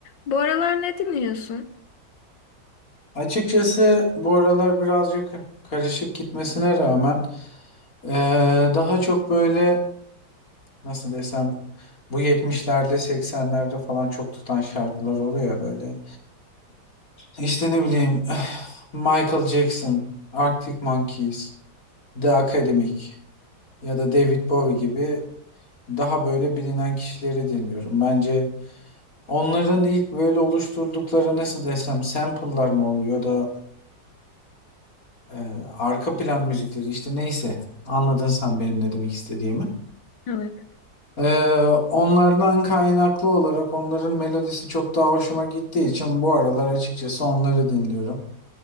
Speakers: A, on the left; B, on the left.
A: Bu aralar ne dinliyorsun?
B: Açıkçası bu aralar birazcık karışık gitmesine rağmen eee, daha çok böyle nasıl desem bu 70'lerde 80'lerde falan çok tutan şarkılar oluyor ya böyle. İşte ne bileyim <sighs> Michael Jackson, Arctic Monkeys, The Academic ya da David Bowie gibi daha böyle bilinen kişileri dinliyorum. Bence onların ilk böyle oluşturdukları nasıl desem sample'lar mı oluyor da Ee, arka plan müzikleri işte neyse anladın sen benim ne demek istediğimi.
A: Evet.
B: Ee, onlardan kaynaklı olarak onların melodisi çok daha hoşuma gittiği için bu aralar açıkçası onları dinliyorum.